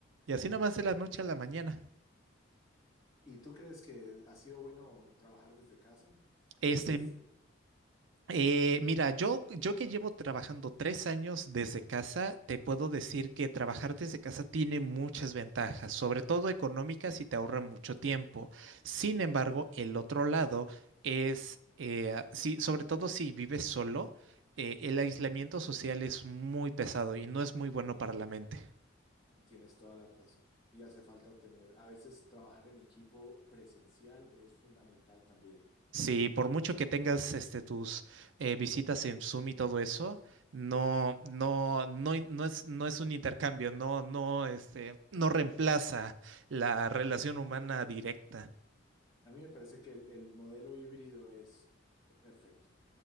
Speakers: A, on the right; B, on the left.
A: Y así nada más de la noche a la mañana.
B: ¿Y tú crees que ha sido bueno trabajar desde casa?
A: Este,
B: Eres,
A: eh, mira, yo, yo que llevo trabajando tres años desde casa, te puedo decir que trabajar desde casa tiene muchas ventajas, sobre todo económicas y te ahorra mucho tiempo. Sin embargo, el otro lado es, eh, ah, sí, sobre todo si vives solo, eh, el aislamiento social es muy pesado y no es muy bueno para la mente.
B: tienes toda la razón. Y hace falta tener, a veces trabajar en equipo presencial es fundamental también.
A: Sí, por mucho que tengas este, tus eh, visitas en Zoom y todo eso, no, no, no, in- no es, no es un intercambio, no, no, este, no reemplaza la relación humana directa.
B: A mí me parece que el, el modelo híbrido es perfecto.